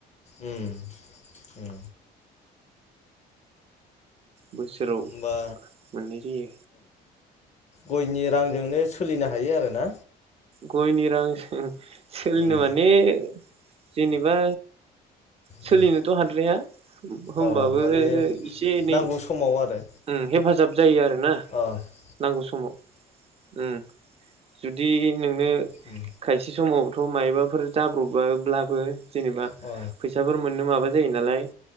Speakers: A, on the left; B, on the right.
A: उम उम
B: बोसोराव
A: बा
B: मोननाय जायो
A: गयनि रांजोंनो सोलिनो हायो आरो ना
B: गयनि रांजों सो-सोलिनो
A: उम
B: माने जेनेबा सोलिनोथ'
A: उम
B: हाद्राया होमबाबो
A: अ माने
B: एसे-एनै
A: नांगौ समाव आरो
B: ओम हेफाजाब जायो आरो ना
A: अ
B: नांगौ समाव ओम बिदि बि
A: उम
B: खायसे समाव थ' मायबाफोर जाब्र'बब्लाबो जेनेबा
A: अ
B: फैसाफोर मोननो माबा जायो नालाय